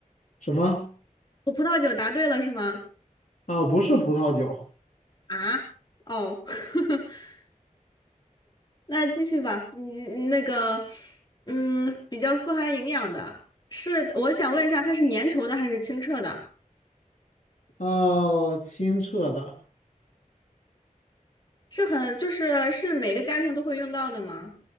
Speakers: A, on the left (about 70°); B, on the left (about 30°).
A: 什么
B: 我葡萄酒答对了是吗？
A: 啊？不是葡萄酒
B: 啊，哦，<laughs> 那继续吧，你那个嗯比较富含营养的。是，我想问一下，它是粘稠的还是清澈的？
A: 啊，清澈的，
B: 是很，就是是每个家庭都会用到的吗？